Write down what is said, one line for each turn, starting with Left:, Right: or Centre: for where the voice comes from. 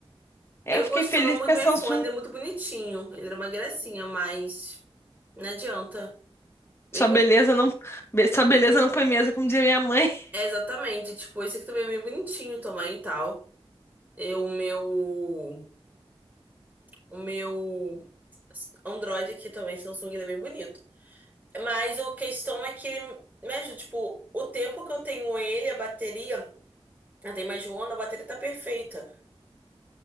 Left: Aí
Right: Eu
Left: eu fiquei
Right: gostava
Left: feliz
Right: muito
Left: que
Right: do
Left: a
Right: meu
Left: Samsung,
Right: iPhone, ele é muito bonitinho. Ele era uma gracinha, mas não adianta. Mesmo,
Left: sua beleza não, be- sua beleza não põe mesa, como dizia minha mãe. <laughs>
Right: é, exatamente, tipo, esse aqui também é bem bonitinho também e tal. E o meu, o meu Android aqui também, Samsung, ele é bem bonito. Mas a questão é que ele me ajuda, tipo, o tempo que eu tenho ele, a bateria, eu tem mais de um ano, a bateria tá perfeita.